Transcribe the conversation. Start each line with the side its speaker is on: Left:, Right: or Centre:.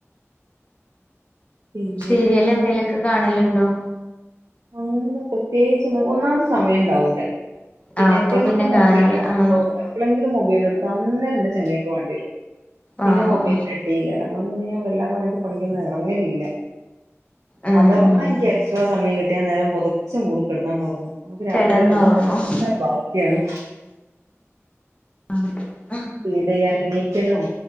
Right: പിന്നെ
Left: സീരിയൽ എന്തേലുക്കെ കാണലുണ്ടോ
Right: അങ്ങനെ ന്ന് പ്രത്യേകിച്ച് ഒന്നും ഒന്നാമത് സമയണ്ടാവൂല പിന്നെപ്പോഴെങ്കിലും
Left: ആഹ് അപ്പൊ പിന്നെ
Right: മുബൈൽ
Left: കാണൂല
Right: എടു <inaudible>
Left: ആഹ്
Right: എപ്പളെങ്കിലും മൊബൈലടുത്ത അന്നേരം ന്റെ ചങ്ങയ്ക്ക് വാണ്ടയരും പിന്നെ
Left: ആഹ്
Right: മൊബൈല ലെ കാരം അതോ ണ്ട് പിന്നെ ഞാ വല്ലാ <unintelligible> റങ്ങലി ല്ല
Left: ഉം
Right: അഥവാ
Left: ഉം
Right: എനിക്ക് എക്സ്ട്രാ സമയം കിട്ടിയാ ആന്നേരം പുതച്ച് മൂടിക്കിടന്നാ ട്ടൊറങ്ങും നമ്മക്ക് രാത്രി
Left: കെടന്നൊറങ്ങും
Right: ക്കത്തെ ഒറക്ക് ഒക്കെ ബാക്കിയാണ്
Left: <unintelligible> ആ
Right: ഫീഡ് ചെയ്യാ ന്എണീക്കലും